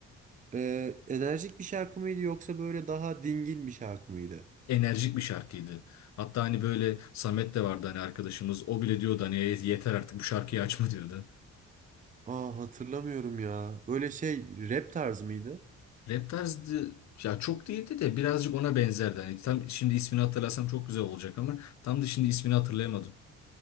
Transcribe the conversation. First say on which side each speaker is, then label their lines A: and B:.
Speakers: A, on the right; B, on the left.
A: Ee, enerjik bir şarkı mıydı yoksa böyle daha dingin bir şarkı mıydı?
B: enerjik bir şarkıydı. Hatta hani böyle Samet de vardı hani arkadaşımız. O bile diyordu hani "E, yeter artık bu şarkıyı açma diyordu.
A: Aa hatırlamıyorum ya. Böyle şey rap tarzı mıydı?
B: Rap tarzı ya çok değildi de birazcık ona benzerdi. Hani tam şimdi ismini hatırlasam çok güzel olacak ama tam da şimdi ismini hatırlayamadım.